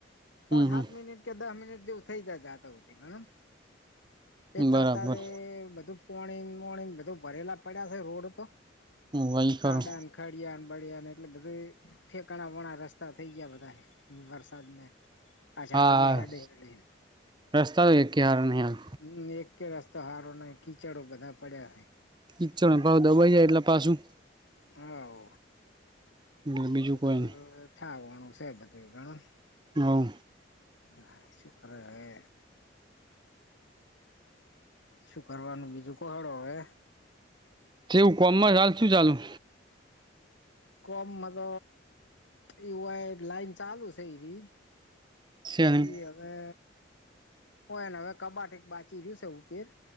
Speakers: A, on the left; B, on the right.
A: પોચ
B: હમ હમ
A: હાત મિનિટ કે દહ મિનિટ જેવું થઈ જાય તા તો સુધી માં ગણો, એક
B: બરાબર
A: તો અતારે બધું પોણીન મોણીન બધું ભરેલા પડ્યા છે રોડ તો,
B: વહી
A: ખાડાન
B: ખરું
A: ખડિયાને બડિયાને, એટલે બધે ઠેકાણા વાણા રસ્તા થઇ ગ્યા બધાય, વરસાદને અચ્છા.
B: હા
A: તનું હેડે હેડે.
B: રસ્તા તો એકે હારા નહીં હાલ
A: હમ્મ, એક કે રસ્તા હારો નહીં, કીચડો બધા પડ્યા હે.
B: કિચડ નુ ભાવ દબાઈ જાય, એટલે પાછું
A: હ વ,
B: એટલે બીજું
A: એ બધું
B: કોઈ નહી
A: થાવાણું છે બધું ઘણું.
B: હોવ
A: આ શું કરે હવે. શું કરવાનું? બીજું કહાડો હવે
B: જેવું કોમમાં હાલ શું ચાલું?
A: કોમ મધ એવાય લાઈન ચાલુ છે. એવી
B: શે નહી
A: ઈ હવે ઓ એને, હવે કબાટ એક બાચી રહ્યું છે. ઉપીર